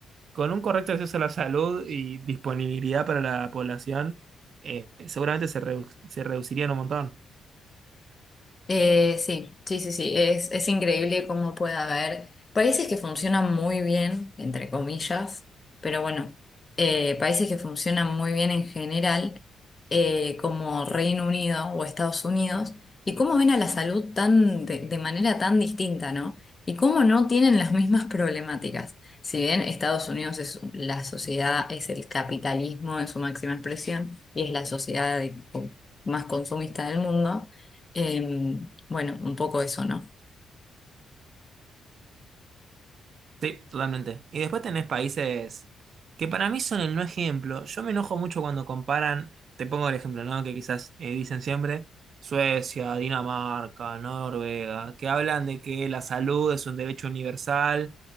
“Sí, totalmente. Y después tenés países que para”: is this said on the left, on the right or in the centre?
Right